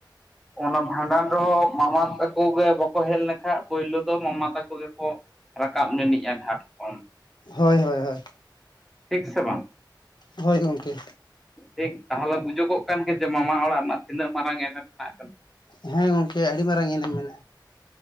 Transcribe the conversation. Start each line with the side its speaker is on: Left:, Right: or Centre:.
Centre: ᱚᱱᱟ ᱵᱷᱟᱸᱰᱟᱱ ᱨᱮᱦᱚᱸ ᱢᱟᱢᱟ ᱛᱟᱠᱚ ᱜᱮ ᱵᱟᱠᱚ ᱦᱮᱡ ᱞᱮᱱᱠᱷᱟ ᱯᱳᱭᱞᱳ ᱫᱚ ᱢᱟᱢᱟ ᱛᱟᱠᱚ ᱜᱮᱠᱚ ᱨᱟᱠᱟᱵ ᱱᱤᱱᱤᱡᱼᱟ ᱜᱷᱟᱴ ᱠᱷᱚᱱ
Left: ᱦᱳᱭ ᱦᱳᱭ ᱦᱳᱭ
Centre: ᱴᱷᱤᱠ ᱥᱮ ᱵᱟᱝ
Left: ᱦᱳᱭ ᱜᱚᱢᱠᱮ
Centre: ᱴᱷᱤᱠ ᱛᱟᱦᱚᱞᱮ ᱵᱩᱡ ᱵᱩᱡᱳᱜᱚᱜ ᱠᱟᱱ ᱜᱮᱭᱟ ᱡᱮ ᱢᱟᱢᱟ ᱚᱲᱟᱜ ᱨᱮᱱᱟᱜ ᱛᱤᱱᱟᱹᱜ ᱢᱟᱨᱟᱝ ᱮᱱᱮᱢ ᱢᱮᱱᱟᱜ ᱟᱠᱟᱫᱟ
Left: ᱦᱮᱸ ᱜᱚᱢᱠᱮ ᱟᱹᱰᱤ ᱢᱟᱨᱟᱝ ᱮᱱᱮᱢ ᱢᱮᱱᱟᱜᱼᱟ